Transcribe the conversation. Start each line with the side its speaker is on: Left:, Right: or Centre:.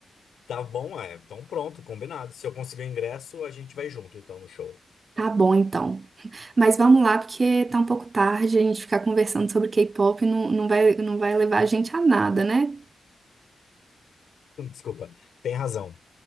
Left: Tá bom, é. Então pronto, combinado. Se eu conseguir o ingresso, a gente vai junto, então, no show.
Right: Tá bom, então. Mas vamos lá, porque tá um pouco tarde, a gente ficar conversando sobre K-pop não, não vai, não vai levar a gente a nada, né?
Left: <laughs> Desculpa, tem razão.